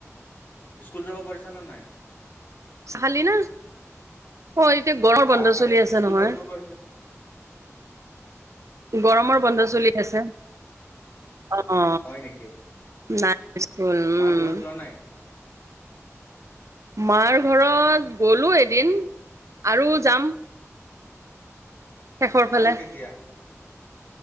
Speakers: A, on the left; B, on the right.
A: স্কুল যাব পাৰিছ নে নাই?
B: চাহ খালি না? অ এতিয়া গৰমৰ
A: চাহ
B: বন্ধ
A: খাই
B: চলি
A: আছো
B: আছে
A: স্কুল
B: নহয়।
A: যাব পাৰিছ
B: গৰমৰ বন্ধ চলি আছে। অ,
A: হয় নেকি
B: নাই স্কুল,
A: মাৰ
B: উম।
A: ঘৰত যোৱা নাই
B: মাৰ ঘৰত গ'লো এদিন আৰু যাম। শেষৰ ফালে।
A: আৰু কেতিয়া